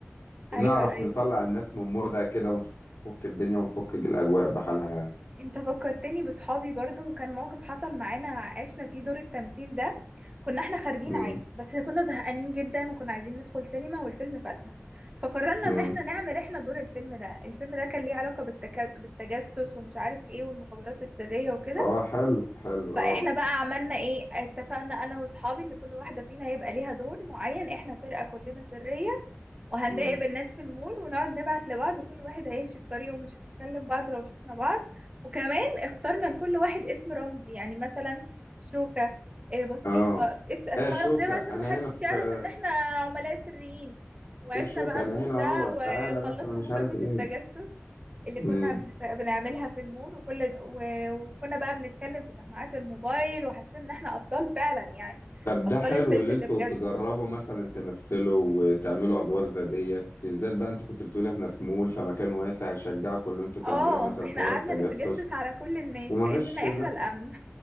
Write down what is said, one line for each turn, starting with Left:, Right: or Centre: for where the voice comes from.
Right: <laughs>
Left: وبنعرف
Right: ايوه ايوه
Left: نطلع الناس من مودها كده ونفك الدنيا ونفك الاجواء بحالها يعني
Right: انت فكرتني بصحابي برضو وكان موقف حصل معانا عشنا فيه دور التمثيل ده كنا احنا خارجين
Left: امم
Right: عادي بس كنا زهقانين جدا وكنا عايزين ندخل سينما والفيلم فاتنا فقررنا
Left: امم
Right: ان احنا نعمل احنا دور الفيلم ده الفيلم ده كان ليه علاقة بالتك... بالتجسس ومش عارف ايه والمخابرات السرية وكده
Left: اه حلو حلو
Right: فاحنا
Left: اه
Right: بقى عملنا ايه اتفقنا انا واصحابي ان كل واحدة فينا هيبقى ليها دور معين احنا فرقة كلنا سرية وهنراقب
Left: امم
Right: الناس في المول ونقعد نبعت لبعض وكل واحد هيمشي في طريقه ومش هنكلم بعض لو شفنا بعض وكمان اخترنا لكل واحد اسم رمزي يعني مثلا شوكة آه، بطيخة
Left: اه
Right: اس- اسماء
Left: ايه يا شوكة
Right: رمزية بقى عشان
Left: انا
Right: محدش
Left: هنا في
Right: يعرف
Left: ايه
Right: ان احنا عملاء سريين وعشنا
Left: يا شوكة
Right: بقى الدور
Left: انا هنا
Right: ده
Left: اهوت
Right: وخلصنا
Left: تعالى مثلا مش
Right: مهمة
Left: عارف ايه
Right: التجسس اللي
Left: مم.
Right: كنا بنت- بنعملها في المول وكل و- وكنا بقى بنتكلم في سماعات الموبايل وحسينا ان احنا ابطال فعلا يعني
Left: طب
Right: ابطال
Left: ده حلو
Right: الفيلم
Left: اللي
Right: اللي
Left: انتوا
Right: بجد
Left: تجربوا مثلا تمثلوا وتعملوا ادوار زي ديت بالذات بقى انتوا كنت بتقولي احنا في مول فمكان واسع هشجعكم ان انتوا تعملوا
Right: اه
Left: مثلا
Right: احنا
Left: حوار
Right: قعدنا
Left: التجسس
Right: نتجسس على كل الناس
Left: وما
Right: كأننا
Left: فيش الناس
Right: احنا الأمن